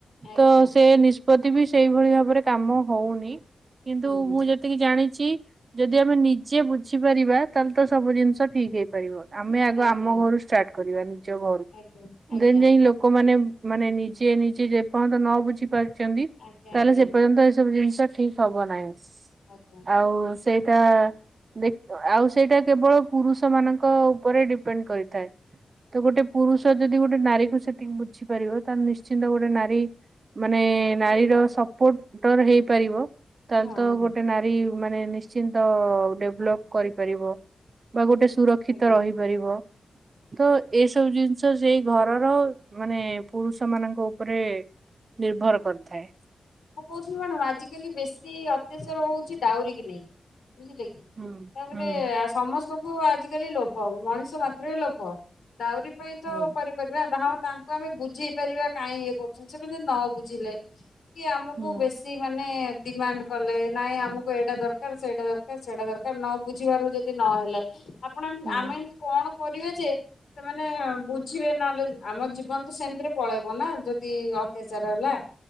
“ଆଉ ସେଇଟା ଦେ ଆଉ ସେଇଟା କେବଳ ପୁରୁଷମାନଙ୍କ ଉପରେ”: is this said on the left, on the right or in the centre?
Right